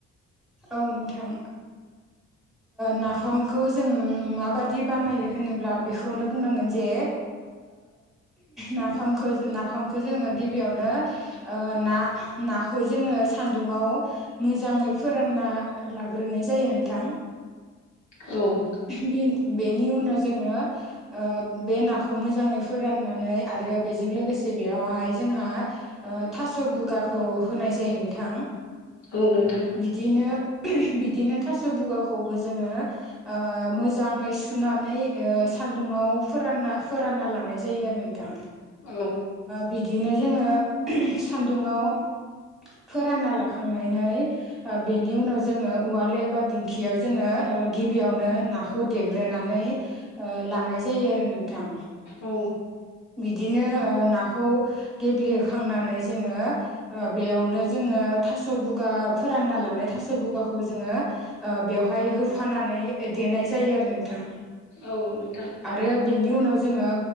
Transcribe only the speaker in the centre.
औ नोंथां नाफामखौ जों माबादि बानायो होनोब्ला बेखौनो बुंनांगोन जे नाफामखौ नाफामखौ जोङो गिबियावनो ना नाखौ जोङो सान्दुंङाव मोजाङै फोरानना लाग्रोनाय जायो नोंथां।
बे बेनि उनाव जोङो बे नाखौ मोजाङै फोराननानै आरो बेजों लोगोसे बेयावहाय जोंहा थास' बुगाखौ होनाय जायो नोंथां
बिदिनो बिदिनो थास' बुगाखौबो जोङो मोजाङै सुनानै सान्दुङाव फोरानना फोरानना लानाय जायो आरो नोंथां
बिदिनो जोङो सान्दुङाव फोरानना लाखांनानै बेनि उनाव जोङो उवाल एबा दिंखियाव जोङो गिबियावनो नाखौ देग्रोनानै लानाय जायो आरो नोंथां
बिदिनो नाखौ गेब्लेखांनानै जोङो बेयावनो जोङो थास' बुगा फोरानना लानाय थास' बगाखौ जोङो ओ बेवहाय होफानानै देनाय जायो आरो नोंथा।
आरो बेनि उनाव जोङो